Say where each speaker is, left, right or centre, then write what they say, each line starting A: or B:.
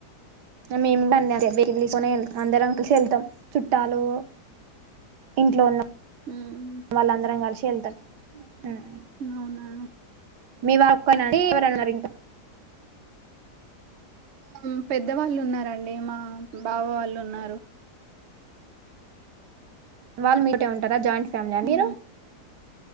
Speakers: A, on the right; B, on the right.
A: మేము బడి తీసుకొని వెళ్తాం అందరం కలిసి వెళ్తాం చుట్టాలు ఇంట్లో ఉన్న
B: ఉమ్,
A: వాళ్ళ అందరం కలిసి ఏల్తం హమ్
B: అవునా
A: మీ వాళ ఒక్కటే అండి ఎవరన్నారు ఇంకా
B: ఆ పెద్దవాళ్ళు ఉన్నారండి మా బావ వాళ్ళు ఉన్నారు
A: వాళ్ళు మీటే ఉంటారా జాయింట్స్ ఫ్యామిలీ ఆహ్
B: ఉమ్,
A: మీరు